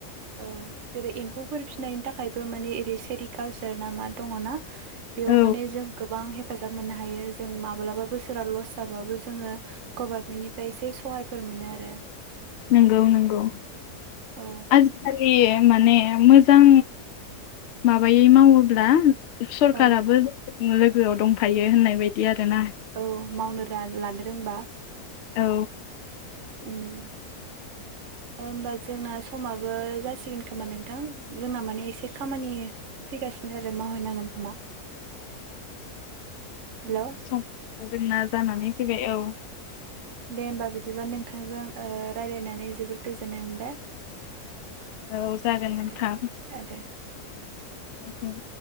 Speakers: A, on the right; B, on the left.
A: औ जेरै एम्फौफोर फिनायनि थाखायबो माने ओरै सेरिकालसार ना मा दङ ना बेयाव
B: औ
A: माने जों गोबां हे फाजाब मोननो हायो जों माब्लाबा बोसोरा लस जाबाबो जोङो गभार्नमेन्टनिफ्राय एसे सहायफोर मोनो आरो
B: नंगौ नंगौ
A: औ
B: आजिखालि लि माने मोजां माबायै मावोब्ला सरखाराबो
A: औ
B: लोगोआव दंफायो होननाय बायदि आरोना
A: औ मावनो रा लानो रोंबा
B: औ
A: उम होमबा जोंना समाबो जासिगोन खोमा नोंथां जोंना माने एसे खामानि फै गासिनो आरो मावहैनांगोन खोमा। हेलौ
B: समा जोंना जानानै फैबाय औ
A: दे होमबा बिदिबा नोंथांजों ओ रायलायनानै जोबोद गोजोननाय मोनबाय
B: औ जागोन नोंथां
A: दे ओ दे
B: उम